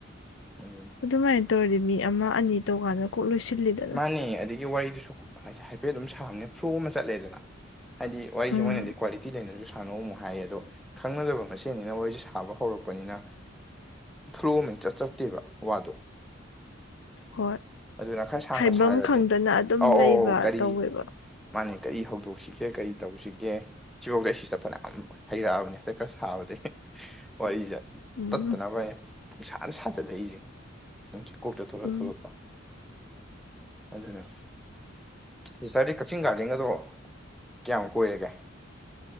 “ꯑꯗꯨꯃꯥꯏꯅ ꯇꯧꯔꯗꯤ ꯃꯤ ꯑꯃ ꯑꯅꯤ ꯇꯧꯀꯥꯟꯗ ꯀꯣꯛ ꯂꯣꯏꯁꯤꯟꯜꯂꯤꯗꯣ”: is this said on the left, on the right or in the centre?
Left